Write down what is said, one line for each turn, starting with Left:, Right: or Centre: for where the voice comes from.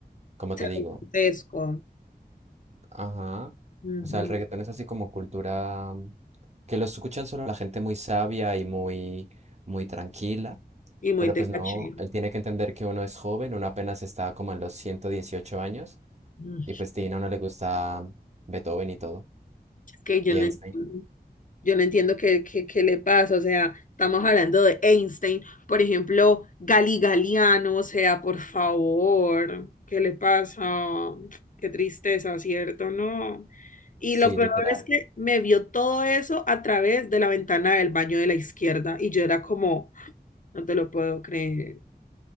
Right: ¿cómo
Left: se
Right: te digo?
Left: grotesco
Right: Ajá.
Left: ujú,
Right: O sea, el reggaetón es así como cultura mm, que lo escuchan solo la gente muy sabia y muy, muy tranquila.
Left: y muy
Right: Pero
Left: de
Right: pues
Left: caché.
Right: no, él tiene que entender que uno es joven, uno apenas está como en los 118 años
Left: Mm,
Right: y pues sí, a uno le gusta Beethoven y todo.
Left: Es que yo
Right: Y
Left: no
Right: Einstein.
Left: entiendo. Yo no entiendo qué, qué, qué le pasa, o sea, estamos hablando de Einstein, por ejemplo, Galigaliano, o sea, por favor, ¿qué le pasa? Qué tristeza, ¿cierto? No. Y
Right: Sí,
Left: lo peor
Right: literal.
Left: es que me vio todo eso a través de la ventana del baño de la izquierda y yo era como, no te lo puedo creer.